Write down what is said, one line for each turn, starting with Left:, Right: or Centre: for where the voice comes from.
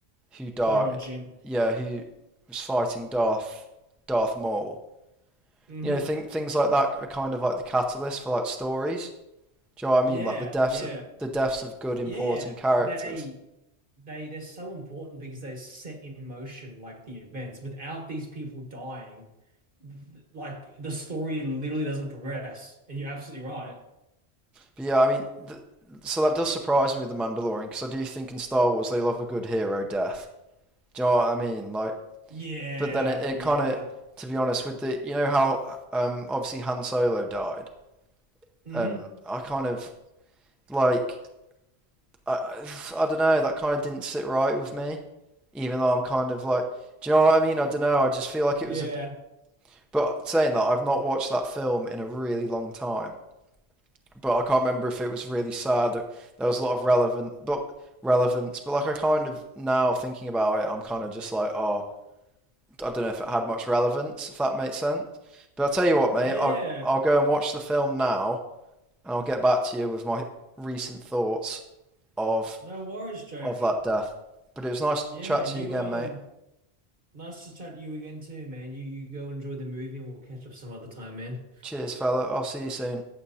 Centre: who died.
Right: Qui-Gon Jinn.
Centre: Yeah, who was fighting Darth Darth Maul.
Right: Mm-hmm.
Centre: You know, think things like that are kind of like the catalyst for like stories. Do you know what I
Right: Yeah,
Centre: mean? Like the deaths
Right: yeah.
Centre: of the deaths of good important
Right: Yeah.
Centre: characters.
Right: They they they're so important because they set in motion like the events. Without these people dying, th- like the story literally doesn't progress. And you're absolutely right.
Centre: But yeah, I mean, th- so that does surprise me with the Mandalorian because I do think in Star Wars they love a good hero death. Do you know what I mean? Like,
Right: Yeah,
Centre: but then it, it
Right: yeah.
Centre: kind of, to be honest, with the you know how um obviously Han Solo died.
Right: hmm
Centre: Um, I kind of like I, I don't know. That kind of didn't sit right with me, even though I'm kind of like, do you know what I mean? I don't know. I just feel like it
Right: Yeah.
Centre: was a. But saying that, I've not watched that film in a really long time. But I can't remember if it was really sad. that There was a lot of relevant, but relevance. But like, I kind of now thinking about it, I'm kind of just like, oh, I don't know if it had much relevance, if that makes sense. But I'll tell you what, mate.
Right: Yeah.
Centre: I'll I'll go and watch the film now, and I'll get back to you with my recent thoughts of
Right: No worries, Jake.
Centre: of that death. But it was nice to
Right: Yeah,
Centre: chat
Right: man.
Centre: to
Right: You
Centre: you again,
Right: um
Centre: mate.
Right: nice to chat to you again too, man. You you go enjoy the movie and we'll catch up some other time, man.
Centre: Cheers, fella. I'll see you soon.